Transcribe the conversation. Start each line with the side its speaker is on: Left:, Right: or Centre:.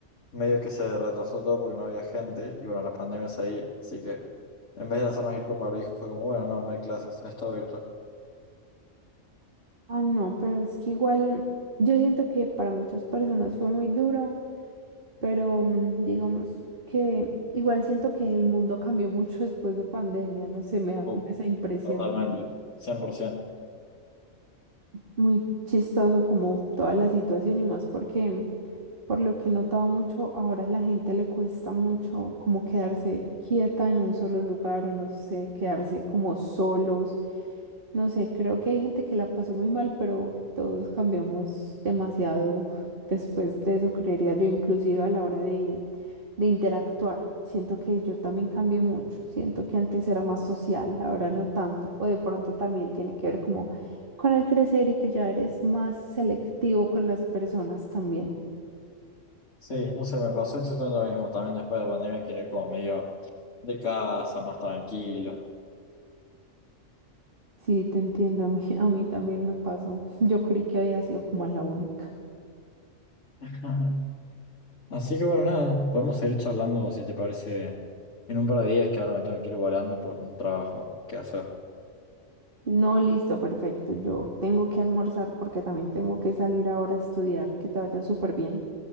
Left: medio que se retrasó todo porque no había gente y bueno, la pandemia seguía. Así que en vez de hacernos ir con barbijo, fue como, bueno, no, no hay clases, es todo virtual.
Right: Ah, no, pero es que igual yo siento que para muchas personas fue muy duro, pero mm, digamos que igual siento que el mundo cambió <laughs> mucho después de pandemia, no sé, me da
Left: Uh,
Right: como esa impresión.
Left: Totalmente, 100%.
Right: Muy chistoso como toda la situación y más porque por lo que he notado mucho, ahora a la gente le cuesta mucho como quedarse quieta en un solo lugar o no sé, quedarse como solos No sé, creo que hay gente que la pasó muy mal, pero todos cambiamos demasiado <laughs> después de eso, creería yo, inclusive a la hora de, de interactuar. Siento que yo también cambié mucho, siento que antes era más social, ahora no tanto, o de pronto también tiene que ver como con el crecer y que ya eres más selectivo con las personas también.
Left: Sí, no sé, me pasó exactamente lo mismo. También después de la pandemia quedé como medio de casa, más tranquilo.
Right: Sí, te entiendo, a mí, <laughs> a mí también me pasó. Yo creí que había sido como la única.
Left: <laughs> Así que bueno, nada, podemos seguir charlando si te parece en un par de días que ahora me tengo que ir volando por un trabajo que hacer.
Right: No, listo, perfecto. Yo tengo que almorzar porque también tengo que salir ahora a estudiar. Que te vaya súper bien.